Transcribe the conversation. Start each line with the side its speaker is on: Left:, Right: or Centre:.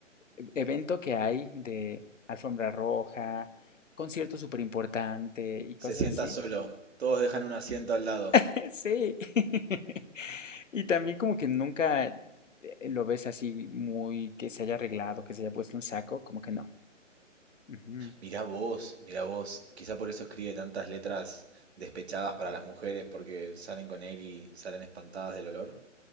Left: evento que hay de alfombra roja, concierto súper importante y cosas
Right: se sienta
Left: así.
Right: solo? Todos dejan un asiento al lado.
Left: <laughs> Sí. <laughs> Y también como que nunca eh, lo ves así muy que se haya arreglado, que se haya puesto un saco, como que no. Ujú.
Right: Mirá vos, mirá vos. Quizá por eso escribe tantas letras despechadas para las mujeres porque salen con él y salen espantadas del olor.